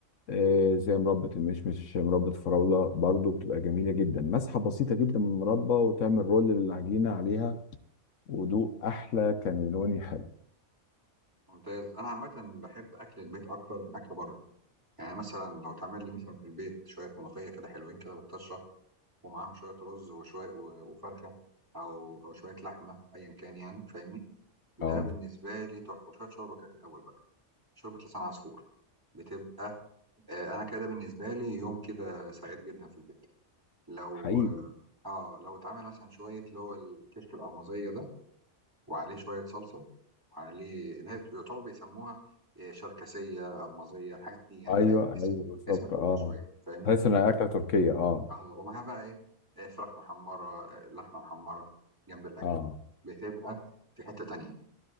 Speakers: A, on the left; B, on the right.
A: آه، زي مربى المشمش مربى الفراولة برضو بتبقى جميلة جدا مسحة بسيطة جدا من المربى وتعمل رول للعجينة عليها ودوق أحلى كانيلوني حلو
B: ممتاز انا عامه بحب اكل البيت اكتر من اكل بره يعني مثلا لو تعمل لي مثلا في البيت شوية ملوخية كده حلوين كده بالطشة ومعاهم شوية رز وشوية و- وفرخة أو أو شوية لحمة أيا كان يعني فاهمني ده
A: اه
B: بالنسبة لي تحفة شوية شوربة كده في الأول بقى شوربة لسان عصفور بتبقى آه أنا كده بالنسبة لي يوم كده سعيد جدا في البيت لو
A: حقيقي
B: آه لو اتعمل مثلا شوية اللي هو الكشك الألمازية ده وعليه شوية صلصة وعليه ده يعتبر بيسموها آه، شركسية ألمازية الحاجات دي يعني
A: ايوه
B: فاهم
A: ايوه
B: اسم
A: بالظبط
B: اسم تركي
A: اه
B: شوية فاهمني
A: تحس انها اكله تركيه اه
B: اه ومعاها بقى ايه آه، فراخ محمرة آه، لحمة محمرة جنب الأكل
A: اه
B: بتبقى في حتة تانية